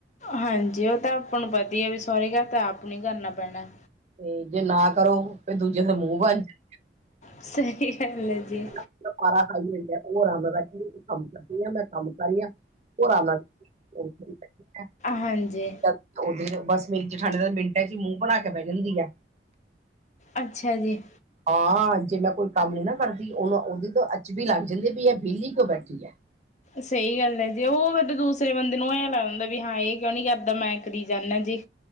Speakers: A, on the left; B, on the right.
A: ਹਾਂਜੀ ਓ ਤਾਂ ਆਪਾਂ ਨੂੰ ਪਤਾ ਈ ਐ ਵੀ ਸੋਰੇ ਘਰ ਤਾਂ ਆਪ ਨੂੰ ਈ ਕਰਨਾ ਪੈਣਾ।
B: ਤੇ ਜੇ ਨਾ ਕਰੋ ਫੇਰ ਦੂਜੇ ਦੇ ਮੂੰਹ ਬਨ ਜਾ
A: ਸਈ ਗੱਲ ਐ ਜੀ।
B: <unintelligible> ਓ ਆਰਾਮ ਨਾਲ ਬੈਠੀ ਹੁੰਦੀ ਕੰਮ ਕਰਦੀ ਆਂ, ਮੈਂ ਕੰਮ ਕਰ ਰੀ ਆਂ ਓ ਆਰਾਮ ਨਾਲ <unintelligible>
A: ਹਾਂਜੀ।
B: <unintelligible> ਬਸ ਮੇਰੀ ਜੇਠਾਣੀ ਤਾਂ ਮਿੰਟਾਂ 'ਚ ਈ ਮੂੰਹ ਬਣਾ ਕੇ ਬੈ ਜਾਂਦੀ ਐ।
A: ਅੱਛਾ ਜੀ।
B: ਹਾਂ ਜੇ ਮੈਂ ਕੋਈ ਕੰਮ ਨੀ ਨਾ ਕਰਦੀ ਓਨੂੰ ਓਂਦੀ ਤਾਂ ਅਚਬੀ ਲੱਗ ਜਾਂਦੀ ਵੀ ਇਹ ਵੇਲੀ ਕਯੋਂ ਬੈਠੀ ਐ।
A: ਸਈ ਗੱਲ ਐ ਜੇ ਓ ਦੂਸਰੇ ਬੰਦੇ ਨੂੰ ਐਂ ਲੱਗ ਦਦਾ ਵੀ ਹਾਂ ਏ ਕਯੋਂ ਨੀ ਕਰਦਾ ਮੈਂ ਕਰੀ ਜਾਂਨਾ ਜੇ।